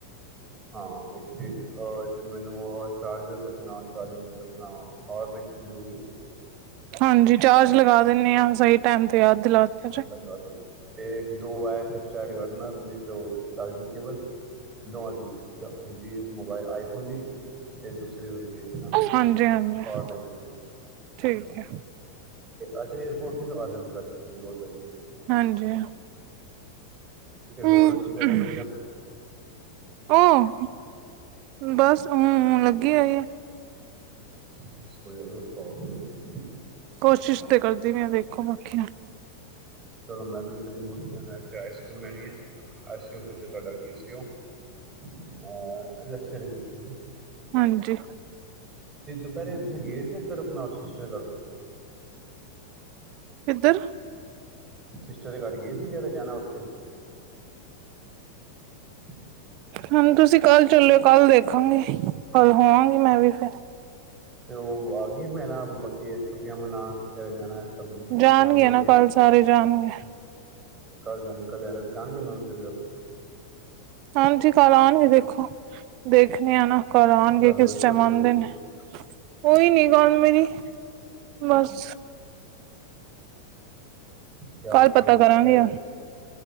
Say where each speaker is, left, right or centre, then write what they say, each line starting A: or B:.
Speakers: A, on the right; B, on the right.
A: ਹਾਂ ਇੱਕ ਤੇ ਅ ਇਚ ਮੈਨੂੰ ਅਅ ਚਾਰਜਰ ਆਪਣਾ ਚਾਰਜਰ ਕਿਹਰਿਆ ਆਪਣਾ ਆ ਵੇਖ ਜ਼ਰੂਰੀ ਆ?
B: ਹਾਂਜੀ ਚਾਰਜ ਲਗਾ ਦਿੰਦੇ ਆਂ ਸਹੀ ਟਾਈਮ ਤੇ ਯਾਦ ਦਿਲਾ ਤਾ
A: <inaudible> ਤੇ ਦੋ ਵਾਇਰ <unintelligible> ਕੇਵਲ, ਦੋਵਾਂ ਦੀ ਹੁੰਦੀ ਏ, ਮੋਬਾਈਲ ਆਈਫੋਨ ਦੀ ਤੇ ਦੂਸਰੀ ਹੁੰਦੀ ਹੈ, <unintelligible>
B: ਹਾਂਜੀ-ਹਾਂਜੀ
A: ਪਾਵਰ ਬੈਂਕ ਦੀ।
B: ਠੀਕ ਹੈ।
A: ਅੱਛਾ, ਏਅਰਪੋਟ <unintelligible> ਲੋੜ ਪੈ ਜਾਂਦੀ ਹੈ।
B: ਹਾਂਜੀ,
A: ਤੇ
B: ਹਮ।
A: ਹੋਰ ਕੀ ਕਰ ਰਿਹਾ ਬੱਚਾ
B: ਉਹ, ਬਸ ਹਮ ਲੱਗੀ ਹੋਈ ਆ।
A: <unintelligible>
B: ਕੋਸ਼ਿਸ਼ ਤੇ ਕਰਦੀ ਪਈ ਆ, ਦੇਖੋ ਬਾਕੀ।
A: ਚਲੋ ਮੈਂ ਅਗਲੀ ਗਲੀ ਮੁੜ ਦੇ ਹੋਏ ਆਈਸ ਕਰੀਮ ਲੈਣੀ ਆ, ਆਈਸ ਕਰੀਮ ਤੇ ਤੁਹਾਡਾ ਕੀ ਸੀ ਉਹ? ਅਹ, <unintelligible> ਲੱਛੇ ਵਾਲੀ ਕੁਲਫੀ
B: ਹਾਂਜੀ।
A: ਤੇ ਦੁਪਹਿਰੇ ਤੁਸੀਂ ਗਏ ਸੀ ਉੱਧਰ, ਆਪਣਾ ਸਿਸਟਰ ਘਰ?
B: ਕਿੱਧਰ?
A: ਸਿਸਟਰ ਦੇ ਘਰ ਗਏ ਸੀਗੇ, ਕਹਿ ਰਹੇ ਜਾਣਾ ਉੱਥੇ। <inaudible>
B: ਹੁਣ ਤੁਸੀਂ ਕੱਲ ਚੱਲਓ, ਕੱਲ ਦੇਖਾਂਗੇ, ਕੱਲ ਹੋਵਾਂਗੀ ਮੈਂ ਵੀ ਫਿਰ।
A: ਤੇ ਉਹ ਆ ਗਿਆ ਭੈਣਾ, ਬਾਕੀ ਛੁੱਟੀਆਂ ਮਨਾਉਣ ਕਹਿੰਦੇ <unintelligible> ਜਾਣਾ। ਸਭ
B: ਜਾਣਗੇ
A: ਜਾਣਦੇ ਹੋਣਗੇ
B: ਨਾ, ਕੱਲ੍ਹ ਸਾਰੇ ਜਾਣਗੇ।
A: <unintelligible>
B: ਹਾਂਜੀ, ਕੱਲ ਆਉਣਗੇ ਦੇਖੋ। ਦੇਖਣੇ ਆ ਨਾ, ਕੱਲ ਆਉਣਗੇ,
A: ਗੱਲ
B: ਕਿਸ
A: ਹੋਈ
B: ਟਾਈਮ
A: ਤੁਹਾਡੇ
B: ਆਉਂਦੇ
A: ਕੋਈ
B: ਨੇ। ਹੋਈ ਨੀ ਗੱਲ ਮੇਰੀ, ਬਸ।
A: ਕਿਆ
B: ਕੱਲ
A: ਬਤਾਨ
B: ਪਤਾ ਕਰਾਂਗੇ।
A: ਕਹਿ